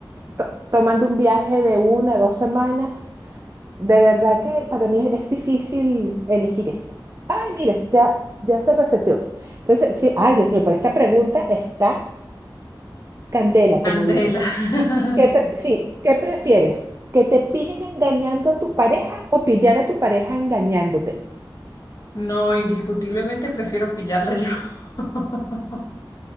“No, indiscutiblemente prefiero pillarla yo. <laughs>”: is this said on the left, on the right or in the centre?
Left